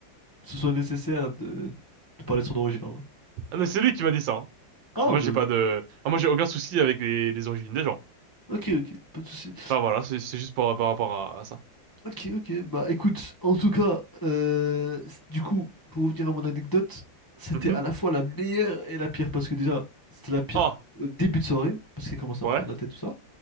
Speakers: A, on the left; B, on the right.
A: ce soit nécessaire de, de parler de son origine, en vrai.
B: Ah non, c'est lui qui m'a dit ça. hein.
A: Ah,
B: Moi,
A: mais...
B: j'ai pas de, ah, moi, j'ai aucun souci avec les, les origines des gens.
A: Ok, ok, pas de souci.
B: Enfin, voilà, c'est c'est juste par, par rapport à, à ça.
A: Ok, ok, bah écoute, en tout cas, euh, c- du coup, pour revenir à mon anecdote, c'était
B: Mhm.
A: à la fois la meilleure et la pire, parce que déjà, c'était la pire
B: Ah,
A: au début de soirée, parce qu'il commence à
B: ouais,
A: me prendre la tête, tout ça.